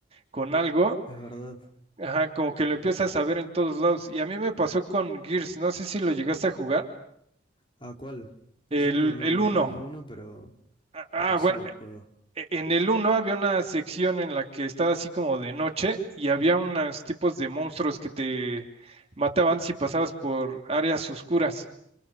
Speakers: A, on the right; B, on the left.
A: con algo,
B: es verdad.
A: ajá, como que lo empiezas a ver en todos lados. Y a mí me pasó con Gears. No sé si lo llegaste a jugar.
B: ¿A cuál?
A: El,
B: Yo no, no,
A: el
B: no
A: 1.
B: jugué ninguno, pero,
A: Ah,
B: pero
A: ah,
B: sé
A: bueno,
B: del juego.
A: e- en el uno había una sección en la que estaba así como de noche y había unos tipos de monstruos que te mataban si pasabas por áreas oscuras.